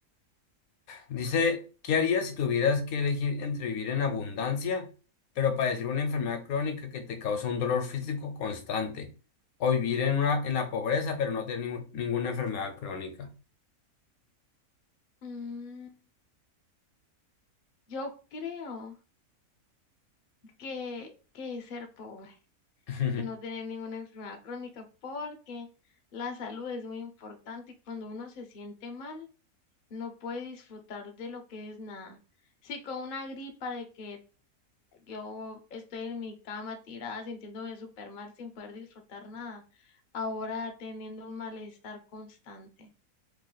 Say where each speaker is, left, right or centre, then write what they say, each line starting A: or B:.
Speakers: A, on the left; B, on the left.
A: Dice, ¿qué harías si tuvieras que elegir entre vivir en abundancia, pero padecer una enfermedad crónica que te causa un dolor físico constante, o vivir en una, en la pobreza, pero no tener ningún- ninguna enfermedad crónica?
B: Mm, yo creo que, que es ser pobre
A: <laughs>
B: y no tener ninguna enfermedad crónica porque la salud es muy importante y cuando uno se siente mal no puede disfrutar de lo que es nada. Si con una gripa de que yo estoy en mi cama tirada sintiéndome súper mal sin poder disfrutar nada, ahora teniendo un malestar constante,